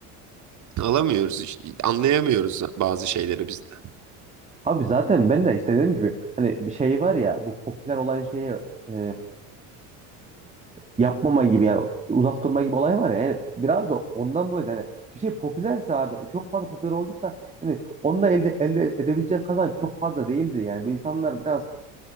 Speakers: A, on the right; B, on the right.
A: Alamıyoruz. iş- Anlayamıyoruz bazı şeyleri biz de.
B: Abi zaten ben de işte dediğim gibi hani bir şey var ya bu popüler olan şeye e, yapmama gibi yani uzak durma gibi olay var ya yani biraz da ondan dolayı da hani bir şey popülerse abi e, çok fazla popüler olduysa yani onunla elde, elde edebileceğin kazanç çok fazla değildi yani bu insanlar biraz